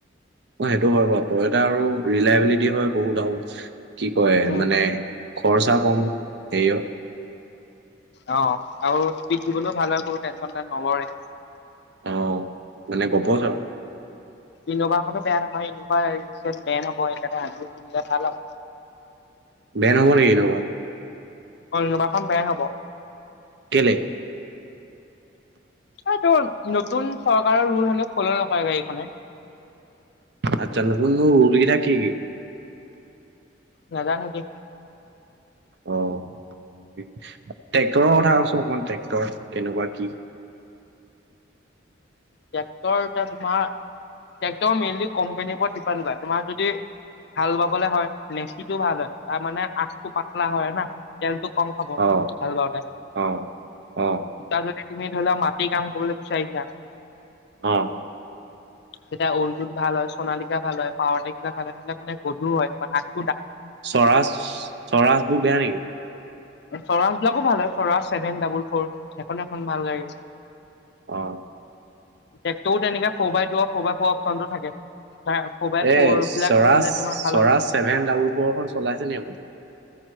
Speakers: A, on the right; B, on the left.
A: অ' সেইটো হয় বাৰু তই এটা আৰু ৰিলাইবিলিটি হয় বহুত আৰু কি কয়
B: উম,
A: মানে খৰচা কম সেইয়‌
B: অ' আৰু স্পীড দিবলৈও ভাল হয় কোনো টেনচন নলৰে।
A: অ' মানে গবচ আৰু।
B: ইন'ভাখনো বেয়া নহয় ইন'ভা ৰিচেণ্ট বেণ্ড হব সেইকাৰণে আজিয়ে কিনিলে ভাল। <inaudible>
A: বেণ্ড হব নেকি ইন'ভাৰ?
B: অ' ইন'ভাখন বেণ্ড হ'ব।
A: কেলে?
B: হয়টো নতুন চৰকাৰৰ ৰুল হেনো ফল' নকৰে গাড়ীখনে। <inaudible>
A: আচ্ছা নতুন নতুন ৰুল কেতা কি কি?
B: নাজানো দে।
A: অ'। ট্ৰেক্টৰৰ কথা কৈছো অকমান ট্ৰেক্টৰ কেনেকুৱা কি?
B: ট্ৰেক্টৰ তোমাৰ, ট্ৰেক্টৰ মেইনলি কোম্পনীৰ ওপৰত ডিপেণ্ড কৰা তোমাৰ যদি হাল বাবলৈ হয় নেচিটো ভাল হয় তাৰমানে আগটো পাতলা হয় না তেলটো। কম খাব
A: অ',
B: হাল বাৱতে
A: অ', অ'।
B: তাৰ তুমি ধৰি লোৱা মাটি কাম কৰিবলৈ বিচাৰিছা।
A: অ
B: তেতিয়া অৰ্জুন ভাল হয় সোণালিকা ভাল হয় পাৱাৰটেগ বিলাক ভাল হয় সেইবিলাক মানে গধুৰ হয় তোমাৰ আ
A: স্বৰাজ স্বৰাজবোৰ বেয়া নেকি?
B: স্বৰাজ বিলাকো ভাল হয় স্বৰাজ ছেভেন ডাবুল ফ'ৰ সেইখন এখন ভাল গাড়ী
A: অ
B: টেক্টৰো তেনেকে four by two four by four option টো থাকে। ফ'ৰ বাই
A: এ
B: ফ'ৰ
A: স্বৰাজ-স্বৰাজ
B: বিলাক মানে তোমাৰ ভাল হয়
A: ছেভেন ডাবুল ফৰখন চলাইছে নি আপুনি?